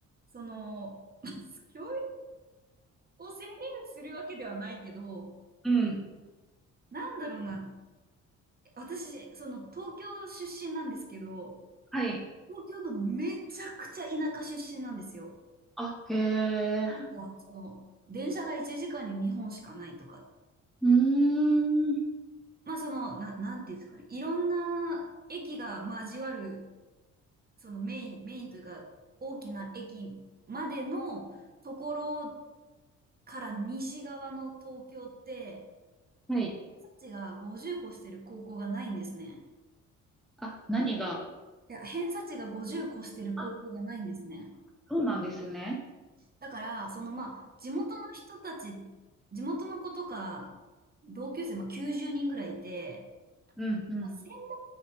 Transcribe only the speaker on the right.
その、<laughs> 教育を宣言するわけではないけど、
なんだろうな。私、その東京出身なんですけど、
東京のめちゃくちゃ田舎出身なんですよ。
なんか、その、電車が1時間に2本しかないとか、
まあその、な、なんていうんですかね。いろんな駅が交わる、そのメイン、メインというか、大きな駅までのところから西側の東京って、
偏差値が50個してる高校がないんですね。
いや、偏差値が50個してる高校がないんですね。
だから、そのまあ、地元の人たち、地元の子とか、同級生、まあ、90人ぐらいいて、
まあ専門